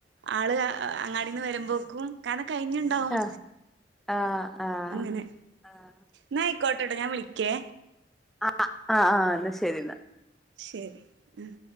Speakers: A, on the right; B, in the centre.
A: ആള് അങ്ങാടിന്ന് വരുമ്പോക്കും കാരണം കഴിഞ്ഞുണ്ടാവും
B: ആഹ് ആഹ് ആഹ്
A: അങ്ങനെ
B: ആഹ്
A: ന ആയി കോട്ടട്ട ഞാൻ വിളിക്കേ
B: ആ ആ ആ എന്നാ ശരി ഇന്നാ
A: ശരി ഉം